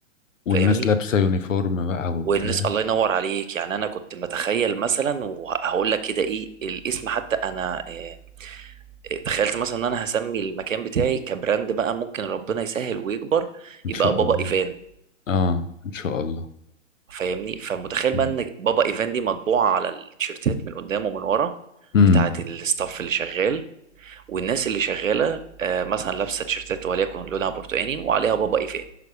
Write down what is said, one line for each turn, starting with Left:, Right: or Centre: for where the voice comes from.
Left: والناس
Right: فاهمني
Left: لابسة يونيفورم بقى وبتاع
Right: والناس الله ينور عليك يعني انا كنت متخيل مثلا وهقول لك كده ايه الاسم حتى انا آه، آه، تخيلت مثلا ان انا هسمي المكان بتاعي كبراند بقى ممكن ربنا يسهل ويكبر
Left: ان
Right: يبقى
Left: شاء
Right: بابا
Left: الله
Right: ايفان
Left: اه ان شاء الله
Right: فاهمني فمتخيل بقى
Left: امم
Right: ان بابا ايفان دي مطبوعة على التيشيرتات من قدام ومن ورا
Left: امم.
Right: بتاعة الستاف اللي شغال والناس اللي شغالة آه، مثلا لابسة تيشيرتات وليكن لونها برتقاني وعليها بابا ايفان